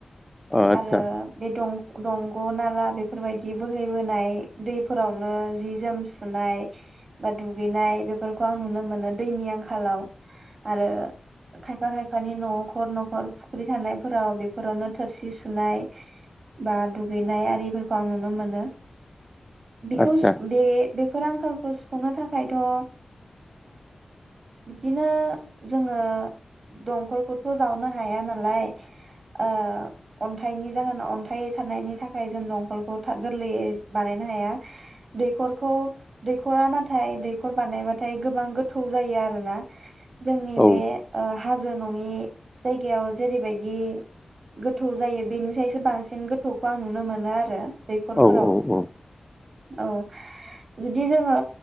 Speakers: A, in the centre; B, on the right.
A: अ आदसा
B: आरो बे दं दंग' नाला बे फोरबायदि बोहैबोनाय दैफोरावनो जि जोम सुनाय बा दुगैनाय बेफोरखौ आं नुनो मोनो दैनि आंखालाव आरो खायफा खायफानि न'खर न'खर फुख्रि थानायफोराव बेफोरावनो थोरसि सुनाय बा दुगैनाय आरिफोर खोम नुनो मोनो। बिखस
A: आदसा
B: बे बेफोर आंखालखौ सुफुंनो थाखायथ'ओ बिदिनो जोङो दंखलखौथ' जावनो हाया नालाय ओ अन्थाइनि जाहोनाव अन्थाइ थानायनि थाखाय जों दंखल <inaudible> गोरलैयै बानायनो हाया दैखरखौ दैखरा नाथाय दैखर बानायबाथाय गोबां गोथौ जायो आरो ना जोंनि
A: औ
B: बे ओ हाजो नङि जायगायाव जेरैबायदि गोथौ जायो बेनिसायसो बांसिन गोथौखौ आं नुनो मोनो आरो। दैखरफोराव
A: औ औ औ
B: औ जुदि जोङो